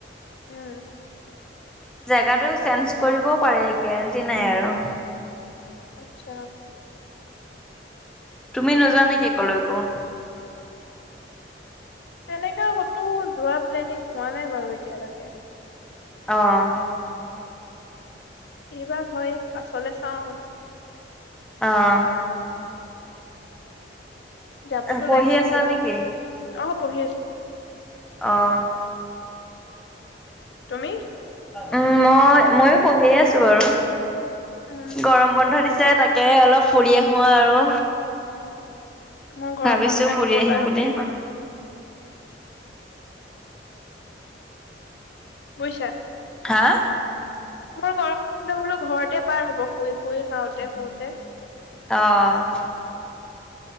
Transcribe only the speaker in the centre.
জেগাটো চেঞ্জ কৰিবও পাৰে গেৰেণ্টি নাই আৰু।
তুমি নোযোৱা নেকি কলৈকো?
অঁ'
অঁ'
পঢ়ি
আছা নেকি?
অঁ'
উম' মই মইও পঢ়িয়ে আছো বাৰু,
গৰম বন্ধ দিছে তাক- কে অলপ ফুৰি আহোঁ আৰু।
ভাবিছো
ফুৰি আহিম
বুলি
হাঁ'
অঁ'